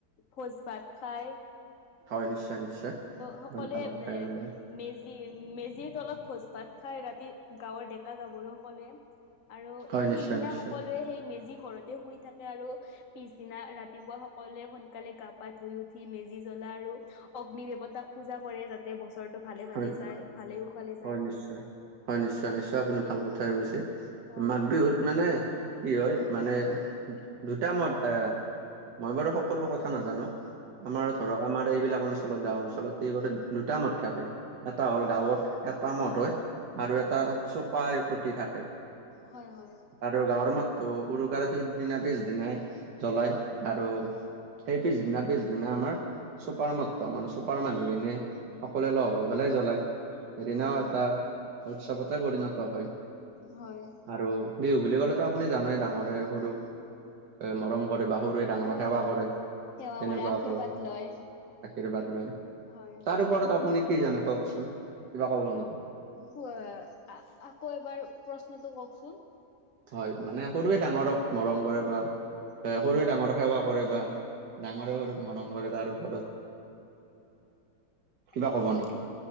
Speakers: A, on the left; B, on the right.
A: ভোজ ভাত খাই।
B: হয় নিশ্চয় নিশ্চয়,
A: সকলোৱে
B: আপুনি ভাল
A: এ
B: কথাই ক'লে।
A: মেজি, মেজিৰ তলত ভোজ ভাত খাই ৰাতি গাঁৱৰ ডেকা গাভৰু-সকলে। আৰু
B: হয়
A: সেইদিনা
B: নিশ্চয় নিশ্চয়
A: সকলোৱে সেই মেজি ঘৰতে শুই থাকে আৰু পিছদিনা ৰাতিপুৱা সকলোৱে সোনকালে গা পা ধুই উঠি, মেজি জ্বলা আৰু অগ্নি দেৱতাক পূজা কৰে। যাতে বছৰটো ভালে
B: হয়,
A: ভালে যায় ভালে কুশলে
B: হয়
A: যায়
B: নিশ্চয় হয় নিশ্চয় নিশ্চয়, আপুনি ভাল কথাই কৈছে।
A: হয়
B: মাঘ
A: হয়
B: বিহুত মানে, কি হয় মানে দুটা মাহত আ মই বাৰু সকলো কথা নাজানো। আমাৰ ধৰক আমাৰ এইবিলাক অঞ্চলত গাঁও অঞ্চলত কি কৰে দুটা মত থাকে। এটা হ'ল গাঁৱত এটা মত হয়, আৰু এটা
A: হয়
B: চোপাই পতি থাকে।
A: হয়, হয়।
B: আৰু গাঁৱৰ মততো উৰুকাৰ পিছদিনা পিছদিনাই জ্বলাই আৰু সেই পিছদিনাৰ পিছদিনা আমাৰ চুপাৰ মতটো আমাৰ চুপাৰ মানুহখিনি সকলোৱে লগ হৈ পেলাই জ্বলাই, সেইদিনাও
A: হয়
B: এটা উৎসৱতে পৰিণত হয়।
A: হয় হয়
B: আৰু বিহু বুলি ক'লেতো আপুনি জানেই, ডাঙৰে সৰুক মৰম কৰে বা সৰুৱে ডাঙৰক
A: হয়
B: সেৱা
A: হয়
B: কৰে,
A: সেৱা
B: তেনেকুৱাকৈ
A: কৰে আশীৰ্বাদ লয়
B: আশীৰ্বাদ লৈ
A: হয়
B: তাৰ
A: হয়
B: ওপৰত আপুনি কি জানে, কওকচোন কিবা কব নেকি?
A: কোৱা, আকৌ এবাৰ প্ৰশ্নটো কওকচোন?
B: হয় মানে সৰুৱে ডাঙৰক মৰম কৰে, বা এ
A: উম।
B: সৰুৱে ডাঙৰক সেৱা কৰে, বা ডাঙৰে সৰুক মৰম কৰে তাৰ ওপৰত কিবা
A: অ'।
B: ক'ব নেকি?